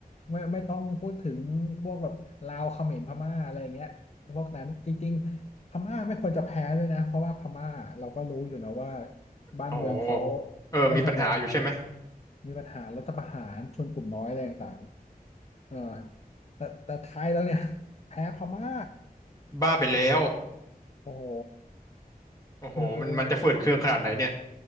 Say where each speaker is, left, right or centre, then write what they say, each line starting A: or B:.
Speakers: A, on the left; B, on the left.
A: ไม่ไม่ต้องพูดถึงพวกแบบลาวเขมรพม่าอะไรอย่างเงี้ยพวกนั้นจริงๆพม่าไม่ควรจะแพ้ด้วยนะเพราะว่าพม่าเราก็รู้อยู่นะว่าบ้านเมืองเขา
B: โอ้โหเออมีปัญหาอยู่ใช่ไหม
A: ไม่สงบมีปัญหารัฐประหารชนกลุ่มน้อยอะไรต่างๆเออแต่แต่ไทยแล้วเนี่ยแพ้พม่า
B: บ้าไปแล้ว
A: <laughs> โอ้โห
B: โอ้โหมันมันจะเฟื่อเคืองขนาดไหนเนี่ย
A: คือ